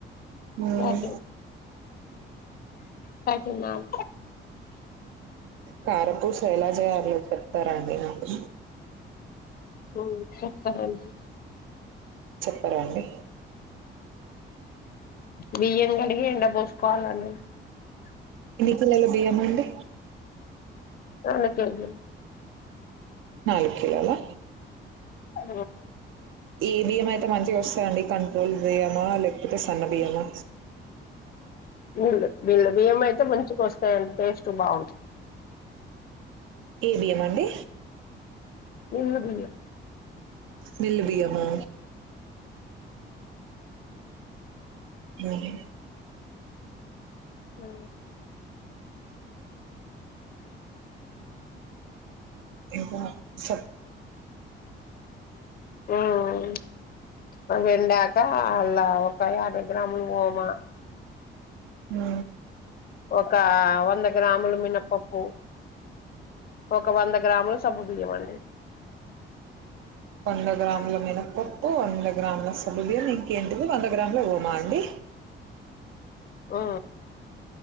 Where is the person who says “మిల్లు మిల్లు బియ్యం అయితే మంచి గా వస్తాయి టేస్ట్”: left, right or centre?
Left